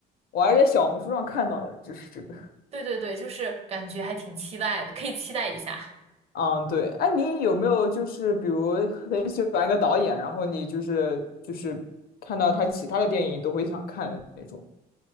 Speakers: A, on the left; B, on the right.
A: 我还在小红书上看到的，就是这个。
B: 对对对，就是感觉还挺期待的，可以期待一下。
A: 嗯，对，哎，你有没有就是比如很喜欢一个导演，然后你就是就是看到他其他的电影都会想看的那种？